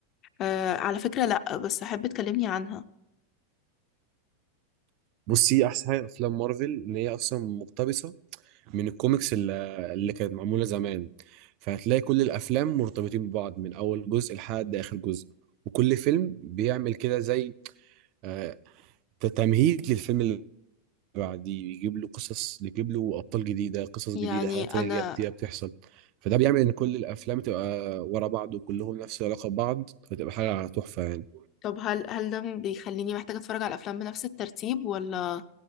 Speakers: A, on the left; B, on the right.
A: أه على فكرة لأ بس أحب تكلمني عنها
B: بصي احسن حاجة افلام مارفل ان هي اصلا مقتبسة من الكوميكس اللي, اللي كانت معمولة زمان فهتلاقي كل الافلام مرتبطين ببعض من اول جزء لحد اخر جزء وكل فيلم بيعمل كده زي آه، تمهيد للفيلم بعديه يجيب له قصص يجيب له ابطال جديده قصص
A: يعني
B: جديده حاجات تانية
A: انا
B: جايه بت- بتحصل فده بيعمل ان كل الافلام تبقى ورا بعض وكلهم نفس العلاقه ببعض فتبقى حاجه تحفه يعني
A: طب هل هل ده بيخليني محتاجة اتفرج على الافلام بنفس الترتيب ولا